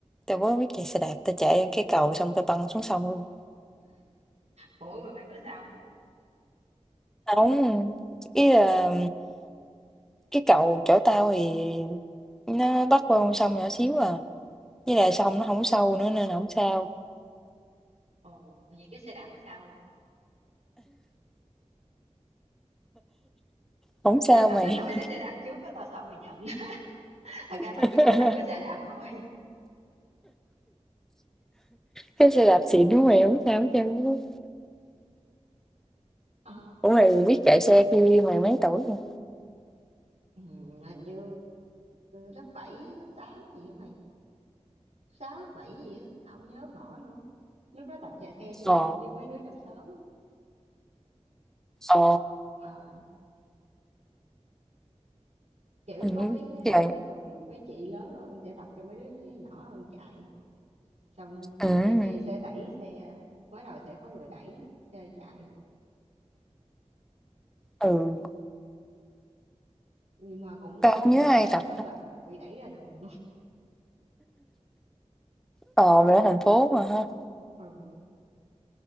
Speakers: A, in the centre; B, on the right.
A: tao mới biết chạy xe đạp, tao chạy lên cái cầu xong tao băng xuống sông luôn.
B: ủa mà mày có sao không
A: Hông, ý là cái cầu chỗ tao thì nó bắt qua con sông nhỏ xíu à, với là sông nó không sâu nữa nên là không sao,
B: ồ vậy cái xe đạp có sao không
A: không sao
B: <laughs> tao
A: mày.
B: tính hỏi cái xe đạp trước á tao sợ mày giận <laughs> thật ra
A: <laughs>
B: tao chỉ quan tâm cái xe đạp thôi
A: Cái xe đạp xịn của mày không sao hết trơn á.
B: Ờ,
A: Ủa, mày biết chạy xe kia mày mấy tuổi rồi?
B: Ừm, hình như lớp 7 lớp 8 gì hả mày? sáu lớp 7 gì á, tao không nhớ rõ nữa. Lúc đó tập chạy xe chung
A: Ồ.
B: với mấy đứa trong xóm á.
A: Ồ.
B: Ờ, kiểu
A: ừm,
B: có mấy
A: trời,
B: mấy người mấy chị lớn hơn sẽ tập cho mấy đứa nhỏ hơn chạy. Xong
A: ừm,
B: mấy chị sẽ đẩy xe, mới đầu sẽ có người đẩy xe chạy.
A: ừ,
B: Nhưng mà cũng
A: tao
B: nguy hiểm,
A: hông nhớ ai
B: có
A: tập
B: có
A: ta.
B: lần bị đẩy ra đường <laughs> luôn.
A: Ờ, mày ở thành phố mà ha,
B: Ừ.